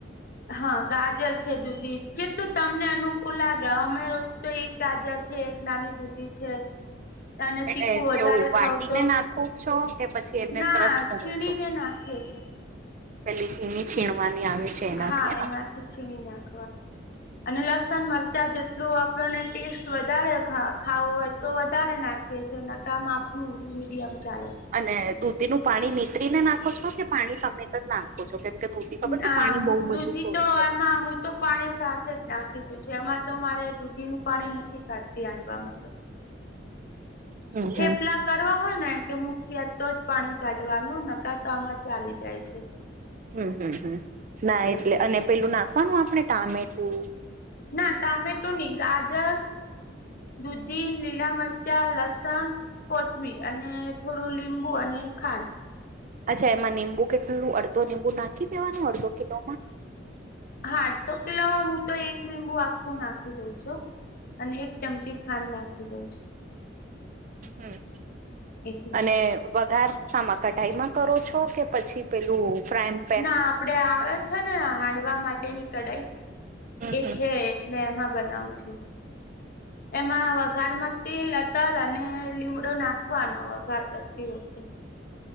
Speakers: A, on the left; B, on the right.
A: હા ગાજર છે દુધી જેટલું તમને અનુકૂળ લાગે અમારો તો એક ગાજર છે. નાની દૂધી છે. અને
B: એટલે
A: તીખું વધારે
B: કેવું વાટીને
A: ખાવું
B: નાખો છો કે પછી એને
A: હોય
B: ક્રશ
A: તો,
B: કરો
A: છીણીને
B: છો?
A: નાખ એ છે.
B: પેલી છીણી છીણવાની આવે છે. એનાથી
A: હા
B: હેના
A: એનાથી છીણી નાખવાનું, અને લસણ-મરચાં જેટલું આપણને ટેસ્ટ વધારે ખાવો હોય તો વધારે નાખીએ છીએ અને કામ આપણે હા મીડિયમ ચાલે છે.
B: અને દૂધીનું પાણી નીતરીને નાખો છો કે પાણી સહિત જ નાખો છો કેમ કે દૂધી ખબર
A: ના
B: છે પાણી બહુ બધું
A: દૂધી
B: છોડે
A: તો એમાં તો પાણી સાથે જ નાખી દઉં છું એમાં તો મારે દૂધીનું પાણી નથી કાઢતી હાંડવામાં તો.
B: હમ
A: થેપલા
B: હમ
A: કર હોય ને કે મુઠિયા તો જ પાણી કાઢવાનું નહીં તો આમાં ચાલી જાય છે.
B: હમ હમ હમ, ના એટલે
A: એટલા
B: અને પેલું નાખવાનું આપણે ટામેટું.
A: ના ટામેટું નહીં ગાજર. દૂધી, લીલા મરચાં, લસણ. કોથમીર અને થોડું લીંબુ અને ખાંડ.
B: અચ્છા એમાં લીંબુ કેટલું અડધું લીંબુ નાખી દેવાનું અડધો કિલોમાં?
A: હાડ તો પેલામાં મોટો એક લીંબુ આખું નાખી દઉં છું. અને એક ચમચી ખાંડ નાખી દે છે.
B: હમ,
A: છું એટલે
B: અને વઘાર હા એમાં કઢાઈમાં કરો છો કે પછી પેલું ફ્રાય?
A: ના આપણે આવે છે ને હાંડવા માટેની કડાઈ.
B: હમ
A: એ
B: હમ
A: છે એટલે એમાં બનાવું છું, એમાં વઘારમાં તે તલ અને લીંબડો નાખવાનો વઘાર કરતી વખતે.